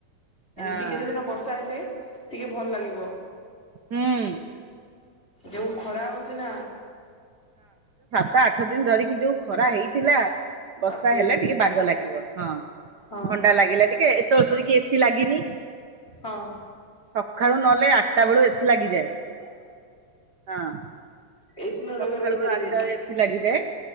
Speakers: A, on the right; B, on the left.
A: ହଁ
B: ଏମିତି କେତେ ଦିନ ବର୍ଷା ହେଲେ ଟିକେ ଭଲ ଲାଗିବ।
A: ହୁଁ।
B: ଯୋଉ ଖରା ହଉଛି ନା
A: ତ ଆଠ ଦିନ ଧରିକି ଯୋଉ ଖରା ହେଇଥିଲା ବର୍ଷା
B: ବାପରେ
A: ହେଲେ ଟିକେ ବାଗ ଲାଗିବ। ହଁ।
B: ହଁ
A: ଥଣ୍ଡା ଲାଗିଲା ଟିକେ <unintelligible> କି ଏସି ଲାଗିନି
B: ହଁ।
A: ସକାଳୁ ନହେଲେ ଆଠଟା ବେଳୁ ଏସି ଲାଗିଯାଏ।
B: <inaudible>
A: ହଁ ସକାଳୁ
B: ଏସି ନ ଲଗେଇ ରହିପାରିବେ
A: ଆଠଟାରୁ ଏସିି ଲାଗିଯାଏ।